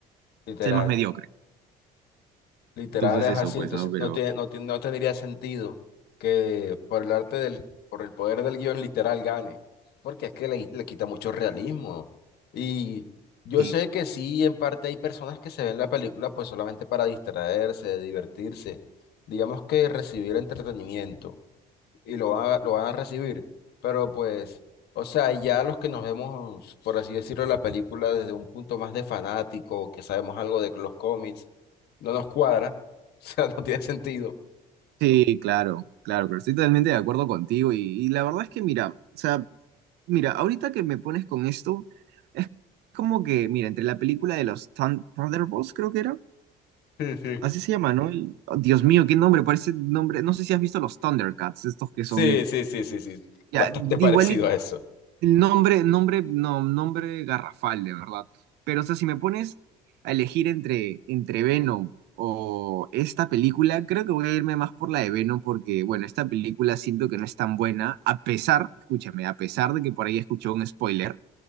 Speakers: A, on the left (about 70°); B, on the right (about 80°).
A: Literal,
B: es el más mediocre.
A: literal
B: Entonces
A: es
B: eso,
A: así,
B: pues,
A: entonces
B: ¿no? Pero
A: no tiene, no tiene- no tendría sentido que por el arte del, por el poder del guión literal gane, porque es que le, le quita mucho realismo. Y yo
B: Sí,
A: sé que sí, en parte hay personas que se ven la película pues solamente para distraerse, divertirse, digamos que recibir entretenimiento, y lo van a, lo van a recibir. Pero pues, o sea, ya los que nos vemos, por así decirlo, la película desde un punto más de fanático, que sabemos algo de los cómics, no nos cuadra, <laughs> o sea, no tiene sentido.
B: sí, claro, claro, pero estoy totalmente de acuerdo contigo y, y la verdad es que, mira, o sea, mira, ahorita que me pones con esto, es como que, mira, entre la película de los Thun- Thunderbolts, creo que era,
A: Sí, sí.
B: Así se llama, ¿no? El- oh, Dios mío, qué nombre, parece nombre. No sé si has visto los Thundercats, estos que
A: Sí,
B: son.
A: sí, sí, sí, sí,
B: Ya,
A: bastante parecido
B: igual y-
A: a eso.
B: el nombre, nombre, no, nombre garrafal, de verdad. Pero, o sea, si me pones a elegir entre, entre Venom o esta película, creo que voy a irme más por la de Venom, porque, bueno, esta película siento que no es tan buena, a pesar, escúchame, a pesar de que por ahí escuché un spoiler